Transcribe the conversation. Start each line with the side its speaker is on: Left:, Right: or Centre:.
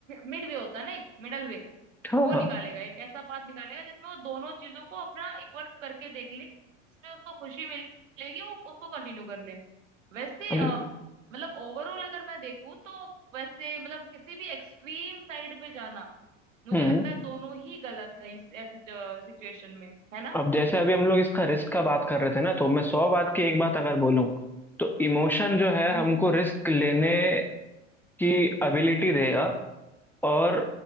Right: मिड वे होता है ना एक मिडल वे
Centre: हाँ
Right: वो
Centre: हाँ
Right: निकालेगा एक ऐसा पाथ निकालेगा जिसमें वो दोनों चीजों को अपना इक्वल करके देख ले जिसमें उसको खुशी मिलेगी वो उसको कंटिन्यू कर ले वैसे
Centre: हम
Right: अ, मतलब ओवरऑल अगर मैं देखूँ तो वैसे मतलब किसी भी एक्सट्रीम साइड पे जाना मुझे
Centre: हम्म
Right: लगता है दोनों ही गलत है इस ऐसे सिचुएशन में है ना
Centre: अब जैसे अभी हम लोग इसका रिस्क का बात कर रहे थे ना तो मैं सौ बात की एक बात अगर बोलूं तो इमोशन जो है
Right: हम्म
Centre: हमको रिस्क लेने की एबिलिटी देगा और